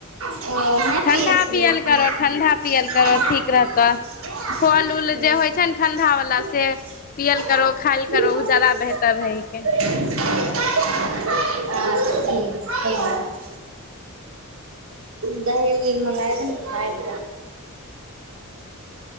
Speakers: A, on the right; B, on the left.
A: ओ
B: ठण्डा पियल करहो ठण्डा पियल करहो
A: नहि
B: ठीक रहतऽ फल उल जे होइ छै ने ठंडा
A: पियए
B: वाला से पियल करो खायल करो ओ ज्यादा बेहतर
A: छियै
B: रहै के
A: अच्छा ठीक दही उही मँगा लहिं